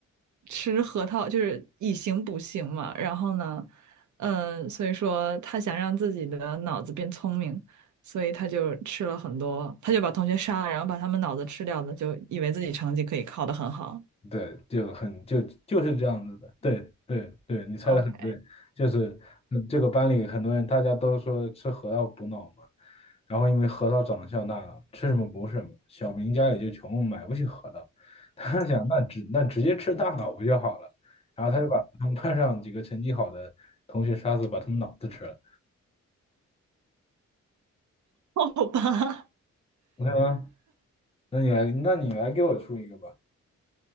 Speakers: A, on the right (about 75°); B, on the left (about 20°).
A: 吃核桃就是以形补形嘛，然后呢，嗯、所以说他想让自己的脑子变聪明，所以他就吃了很多，他就把同学杀了，然后把他们脑子吃掉了，就以为自己成绩可以考得很好。
B: 对，就很就就是这样子的。对对对，你猜的很对，
A: OK，
B: 就是嗯这个班里很多人大家都说吃核桃补脑嘛，然后因为核桃长得像大脑，吃什么补什么。小明家里就穷，买不起核桃，<laughs> 他想那直那直接吃大脑不就好了？然后他就把他们班上几个成绩好的同学杀死，把他们脑子吃了
A: <laughs> 好吧，
B: ，OK 吗？那你来，那你来给我出一个吧，